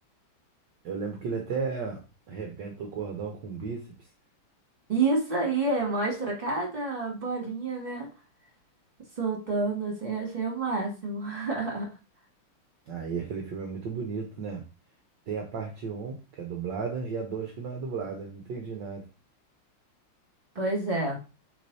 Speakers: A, on the right; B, on the right.
A: Eu lembro que ele até arrebenta o cordão com o bíceps.
B: E Isso aí, é, mostra cada bolinha, né? Soltando, assim, achei o máximo. <laughs>
A: Aí aquele filme é muito bonito, né? Tem a parte um que é dublada, e a 2 que não é dublada. Não entendi nada.
B: Pois é.